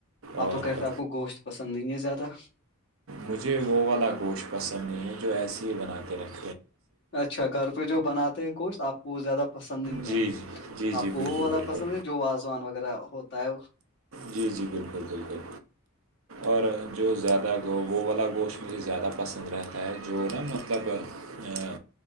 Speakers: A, on the left; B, on the right.
A: آپ
B: اور
A: تو کہتے ہیں آپ کو گوشت پسند نہیں ہے زیادہ
B: مجھے وہ والا گوشت پسند نہیں ہے جو ایسے ہی بنا کے رکھے
A: اچھا گھر پہ جو بناتے ہیں گوشت آپ کو وہ زیادہ پسند نہیں
B: جی
A: ہے
B: جی جی
A: آپ
B: جی
A: کو
B: بالکل
A: وہ والا
B: بالکل
A: پسند ہے جو آزوان وغیرہ ہوتا ہے
B: جی جی بالکل بالکل اور جو زیادہ گع وہ والا گوشت مجھے زیادہ پسند رہتا ہے جو نا مطلب آ،